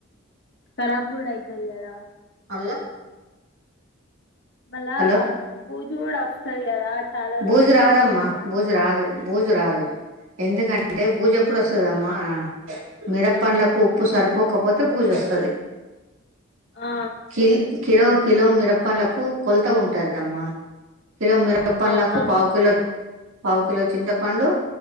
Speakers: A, on the left; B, on the right.
A: కరాబ్ కూడా అయితది కదా
B: అమ్మ
A: మళ్ళా
B: హలో
A: బుజు కూడా వస్తంది కదా చాలా
B: బూజు
A: రోజులు
B: రాదమ్మా
A: ఉంచితే అంటున్నా
B: బూజు రాదు బూజు రాదు ఎందుకంటే బుజు ఎప్పుడోస్తదమ్మా మిరప్పండ్లకు ఉప్పు సరిపోకపోతే బుజు వస్తది
A: ఆ
B: కిల్ కిలో కిలో మిరప్పనులకు కొలత ఉంటదమ్మా కిలో మిర పనలాకు
A: అవునా
B: పాకులో పావు కిలో చింతపండు